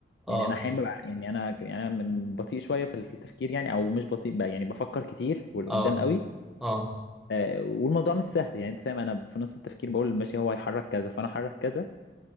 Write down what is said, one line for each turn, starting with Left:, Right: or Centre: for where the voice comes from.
Centre: اه
Left: يعني انا احيانا بلع- يعني انا يعني انا م- بطيء شوية في ال- في التفكير يعني او مش بطيء بقى يعني بفكر كتير والقدام
Centre: اه
Left: قوي
Centre: اه
Left: آه والموضوع مش سهل يعني انت فاهم انا في نص التفكير بقول ماشي هو هيحرك كذا فانا احرك كذا